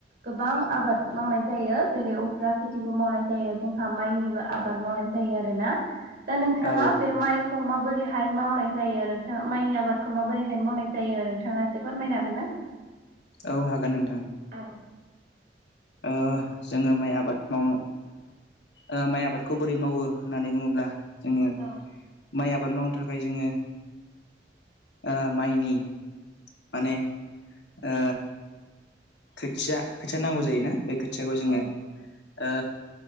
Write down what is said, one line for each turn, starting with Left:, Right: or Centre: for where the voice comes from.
Right: गोबां आबाद मावनाय जायो जेरै उफ्रा खेथिबो मावनाय जायो। जोंहा माइनिबो आबाद मावनाय जायो आरोना दा नोंथाङा
Left: औ
Right: बे माइखौ माबोरै हाय मावनाय जायो नोंथाङा माइनि आबादखौ माबोरैहाय मावनाय जायो नोंथाङा एसे फोरमायनो हागोन ना? <inaudible>
Left: औ हागोन नोंथां।
Right: औ <inaudible>
Left: ओ जोङो माइ आबाद मावनो ओ माइ आबादखौ बोरै मावो होननानै बुङोब्ला जोङो
Right: औ
Left: माइ आबाद मावनो थाखाय जोङो ओ माइनि माने ओ खोथिया खोथिया नांगौ जायोना बे खोथियाखौ जोङो
Right: औ
Left: ओ